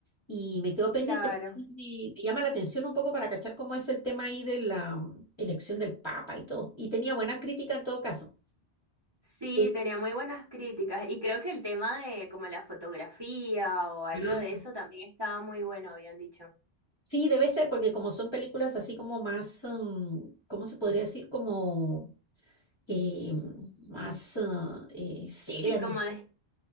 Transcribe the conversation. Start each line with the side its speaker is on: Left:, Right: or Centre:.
Left: Y me quedó pendiente.
Right: Claro.
Left: pero Sí, me, me llama la atención un poco para cachar cómo es el tema ahí de la mm, elección del Papa y todo. Y tenía buena crítica en todo caso.
Right: Sí,
Left: Sí.
Right: tenía muy buenas críticas y creo que el tema de como la fotografía o algo
Left: Ah,
Right: de eso también estaba muy bueno, habían dicho.
Left: Sí, debe ser, porque como son películas así como más, mm, ¿cómo se podría decir? Como eh, más ah, eh, serias,
Right: Sí, como
Left: no sé.
Right: de,